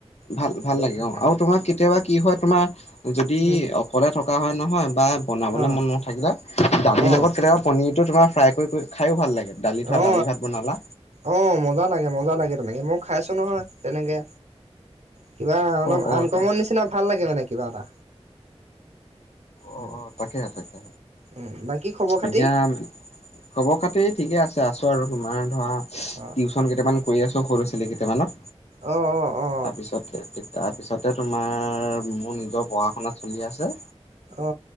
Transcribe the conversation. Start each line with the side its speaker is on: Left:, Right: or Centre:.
Left: ভাল-ভাল
Right: একদম
Left: লাগে
Right: ধুনীয়াকে
Left: অ আৰু তোমাক কেতিয়াবা কি হয় তোমাৰ যদি
Right: উম
Left: অকলে থকা হয় নহয় বা বনাবলৈ
Right: উম
Left: মন নথাকিলে, দালিৰ
Right: অ
Left: লগত কেতিয়াবা পনীৰটো তোমাৰ ফ্ৰাই কৰি খায়ো ভাল লাগে। দালি ধৰা
Right: অ
Left: দালি ভাত বনালা
Right: অ মজা লাগে মজা লাগে তেনেকে, মই খাইছোঁ নহয় তেনেকৈ। কিবা অলপ
Left: অ অ
Right: আনকমৰ
Left: তাক
Right: নিচিনা ভাল লাগে মানে কিবা এটা।
Left: অ
Right: উম
Left: অ তাকে তাকে,
Right: উম বাকী খবৰ খাতি
Left: এতিয়া খবৰ-খাতি ঠিকে আছে আছো আৰু তোমাৰ ধৰা
Right: অ
Left: টিউশচন কেইটামান কৰি আছো সৰু চলি কেইটামানক।
Right: অ-অ-অ।
Left: তাৰপিছতে তাৰপিছতে তোমাৰ মোৰ নিজৰ পঢ়া-শুনা চলি আছে।
Right: অ